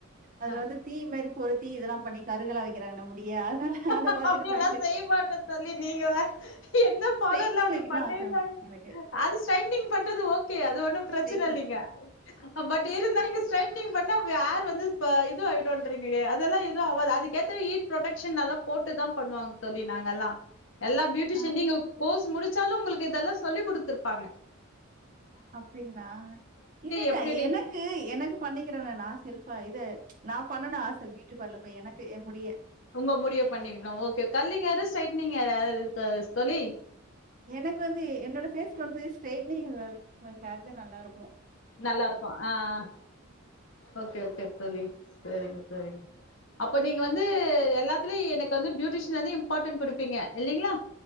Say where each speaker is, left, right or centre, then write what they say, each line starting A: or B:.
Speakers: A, on the right; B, on the left.
A: அதுல
B: ஆ
A: வந்து தீ மாரி பொருத்தி இதலா பண்ணி கருகலா வைக்கிறாங்கள முடிய அதனால அத
B: அ
A: பார்த்துட்டு
B: அப்படிலா
A: பயந்துட்டு
B: செய்ய மாட்டேன்னு தோலி நீங்க எந்த பார்லர்
A: ஸ்ட்ரெய்ட்டிங்
B: அப்டி
A: வைக்கணும்னு
B: பண்ணவிங்
A: ஆசை எனக்கு.
B: அது ஸ்ரெயிடிங் பண்றது ஓகே தி அது ஒன்னு பிரச்னை
A: ஸ்ட்ரெய்ட்டிங்
B: இல்லீக பட் இருந்தா நீ ஸ்டேட்னிங் ட பண்ணா ஏர் வந்து இது ஆகிடின்றீங்கலே அதெல்லா எதுவு ஆவாது அதுகேத்த ஈட் ப்ரொடக்க்ஷன் நல்லா போட்டு தா பண்ணுவாங்க தோலி நாங்கலா எல்லா பியூடிஷன்
A: ஆ.
B: நீங்க கோஸ் முடிச்சாலு உங்களுக்கு இதலா சொல்லி் கொத்துருப்பாங்க
A: அப்படிங்களா இல்லல்ல
B: எப்படி எப்படி
A: எனக்கு-எனக்கு பணிக்கிறேனே நான் செல்ப்பா இத நா பண்ணணும் ஆசை வீட்டுகுவர்ல எனக்கு என் முடிய.
B: உங்க முடிவு பண்ணிகிடோம் ஓகே கள்ளிங் ஹேர் ஸ்ட்ரைட் நீங்க யார யாரது இருக்க தோலி
A: எனக்கு வந்து என்னோட பேஸ்க்கு வந்து ஸ்ட்ரைடனிங் <unintelligible> நல்லா இருக்கும்
B: நல்லா இருக்கும் ஆஹ் ஓகே ஓகே தொழி சரிங்க தொழி அப்ப நீங்க வந்து எல்லாத்துலயும் எனக்கு வந்து பியூட்டிஷன்ந்து இம்பார்ட்டன்ட் குடுப்பீங்க இல்லலைங்களா